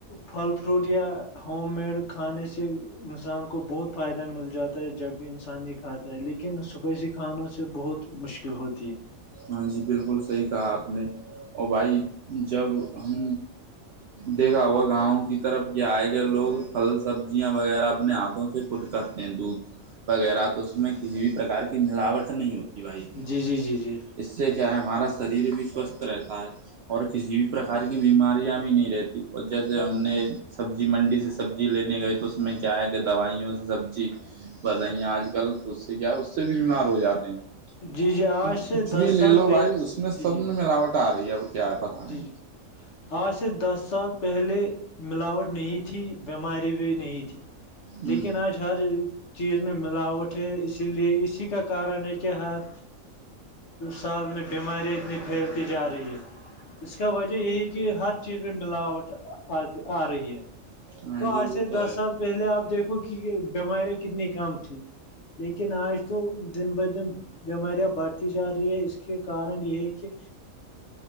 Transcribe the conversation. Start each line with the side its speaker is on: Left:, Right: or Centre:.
Left: پھل فروٹ یا ہوم میڈ کھانے سے انسان کو بہت فائدہ مل جاتا ہوتا ہے جب بھی انسان ہی کھاتا ہے لیکن سپائسی کھانوں سے بہت مشکل ہوتی ہے
Right: ہاں جی بالکل صحیح کہا آپ نے اور بھائی جب ہم دیکھا ہوا گاؤں کی طرف کیا آئے گ لوگ پھل سبزیاں وغیرہ اپنے ہاتھوں سے خود کرتے ہیں دودھ وغیرہ تو اس میں کسی بھی پرک کی ملاوٹ نہیں ہوتی بھائی
Left: ہے جی جی جی جی
Right: اس سے کیا ہے ہمارا شریر بھی سوستھ رہتا ہے اور کسی بھی پرکار کی بیماریاں بھی نہیں رہتی اور جیسے ہم نے سبزی منڈی سے سبزی لینے گئے تو اس میں کیا ہے کہ دوائیوں سے سبزی بڑھ رہی ہیں آج کل تو اس سے کیا اس سے بھی بیمار ہو جاتے ہیں
Left: جی جی آج
Right: کیونکہ
Left: سے
Right: کچھ بھی
Left: دس سال
Right: لے لو
Left: پہ
Right: بھائی اس میں سب
Left: جی جی
Right: میں ملاوٹ آ رہی ہے اب کیا پتہ
Left: جی
Right: نہیں
Left: جی آج سے دس سال پہلے ملاوٹ نہیں تھی بیماری بھی نہیں تھی
Right: ہ
Left: لیکن آج ہر چیز میں ملاوٹ ہے اسی لیے اسی کا کارن ہے کیا حال سال میں بیماریاں اتنی پھیلتی جا رہی ہیں اس کا وجہ یہی کہ ہر چیز میں ملاوٹ آ رہی ہے
Right: ہاں
Left: تو
Right: جی
Left: آج
Right: وہ
Left: سے
Right: تو
Left: دس
Right: ہے
Left: سال پہلے آپ دیکھو کہ بیمارییا کتنی کم تھی لیکن آج تو دن بہ دن بیماریاں بڑھتی جا رہی ہے اس کے کارن یہ ہے کہ